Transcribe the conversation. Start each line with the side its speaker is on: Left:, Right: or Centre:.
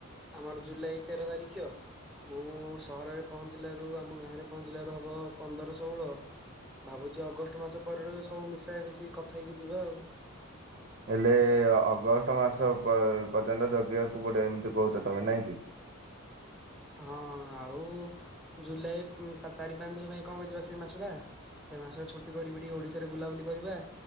Centre: ଆମର ଜୁଲାଇ ତେର ତାରିଖ। ମୁଁ ସହରରେ ପହଞ୍ଚିଲାରୁ ଆମ ଗାଁରେ ପହଞ୍ଚିଲାରୁ ହବ ପନ୍ଦର ଷୋହଳ। ଭାବୁଛି ଅଗଷ୍ଟ ମାସ ପରେରୁ ସବୁ ମିଶାଇ ମିଶିକି କଥା ହେଇକି ଯିବା ଆଉ।
Right: ହେଲେ ଅଗଷ୍ଟ ମାସ ପର୍ଯ୍ୟନ୍ତ ଜଗେଇିବାକୁ ପଡ଼ିବ ଏମିତି କହୁଛ ତମେ ନାହିଁକି।
Centre: ହଁ ଆଉ ଜୁଲାଇ ଚାରି ପାଞ୍ଚ ଦିନ ପାଇଁ କଣ ପାଇ ଜିବା ସେଇ ମାସଟା। ସେ ମାସ ଛୁଟି କରିବି ଟିକେ ଓଡିଶାରେ ବୁଲାବୁଲି କରିବା।